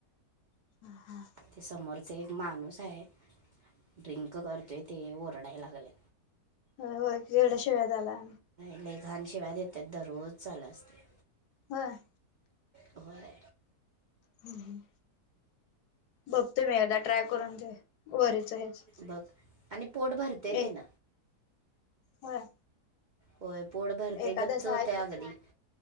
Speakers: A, on the left (about 80°); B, on the right (about 80°).
A: <unintelligible>
B: ते समोरचा एक माणूस आहे ड्रिंक करतोय ते ओरडायला लागले.
A: हो-होय केवडाशिवाे द्याला
B: लेय घाण शिव्या देतात दररोज चालू असते.
A: व्हय
B: होय
A: हम्म हम्म बघतो मी एकदा ट्राय करून ते वरीच हेच
B: बघ आणि पोट भरतेय तेन
A: एक होय.
B: होय पोट भरतय
A: एकादस
B: गच्च व्हते
A: आहे
B: अगदी,